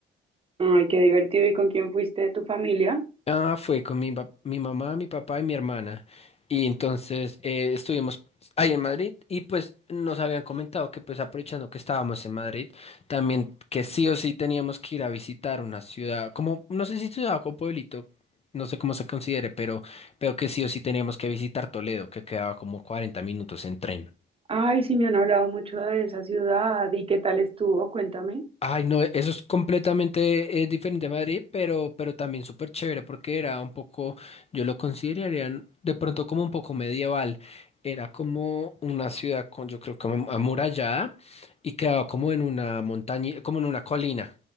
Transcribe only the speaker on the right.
Ay, qué divertido. ¿Y con quién fuiste de tu familia?
Ay, sí, me han hablado mucho de esa ciudad. ¿Y qué tal estuvo? Cuéntame.